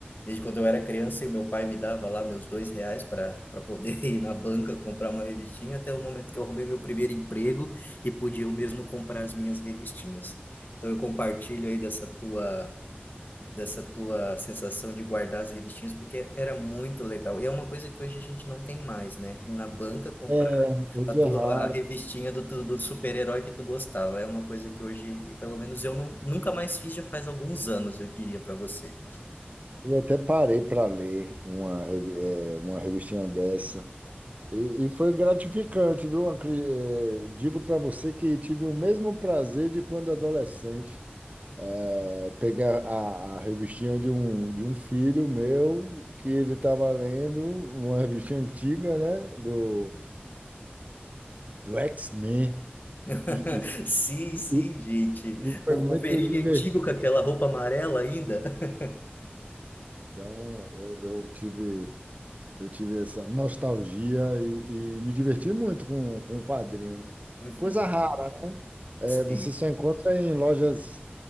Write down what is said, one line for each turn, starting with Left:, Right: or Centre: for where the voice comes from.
Left: Desde quando eu era criança e o meu pai me dava lá meus dois reais para para poder <laughs> ir na banca comprar uma revistinha, até o momento que eu arrumei meu primeiro emprego e podia eu mesmo comprar as minhas revistinhas. Então eu compartilho aí dessa tua dessa tua sensação de guardar as revistinhas, porque era muito legal. E é uma coisa que hoje a gente não tem mais, né? Ir na banca comprar
Right: É, hoje
Left: a tua
Right: é raro.
Left: a revistinha do, tu- do super-herói que tu gostava. É uma coisa que hoje, pelo menos eu não, nunca mais fiz, já faz alguns anos, eu diria para você.
Right: Eu até parei para ler uma, revi- eh, uma revistinha dessa. E, e foi gratificante, viu? Acre- eh, Digo para você que tive o mesmo prazer de quando adolescente. eh, pegar a, a revistinha de um, de um filho meu, que ele estava lendo, uma revistinha antiga, né? Do, do X-Men.
Left: <laughs>
Right: E, e, e,
Left: Sim, sim,
Right: e
Left: gente.
Right: e foi
Left: O
Right: muito
Left: Wolverine
Right: divertido.
Left: antigo com aquela roupa amarela ainda. <laughs>
Right: Então, eu, eu tive. Eu tive essa nostalgia e, e me diverti muito com, com o quadrinho.
Left: Uhum,
Right: Coisa rara, é,
Left: sim.
Right: você só encontra em lojas